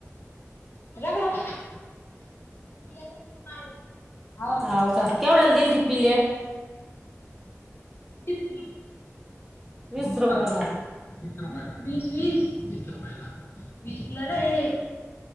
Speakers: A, on the left; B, in the centre.
A: रगडा <unintelligible> हा
B: होव का केवढयाला दिल ती पिलेट
A: वीस ला
B: वीस
A: <unintelligible> तीस
B: रुपयाला
A: ला का वीस रुपयला. वीस वीस <inaudible> वीस ला रे